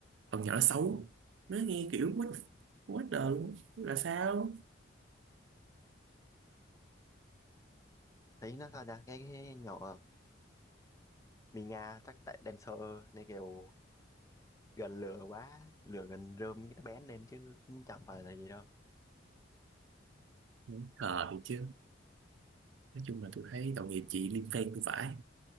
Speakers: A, on the right; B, on the left.
A: con nhỏ nó xấu nó nghe kiểu quá, quá đời luôn là sao
B: thấy nó sao ta cái, cái nhỏ Mì Nga chắc tại dancer này kiểu gần lửa quá lửa gần rơm cái nó bén lên chứ cũng chẳng phải là gì đâu
A: Đúng thì chứ nói chung là tôi thấy tội nghiệp chị liên quan cũng phải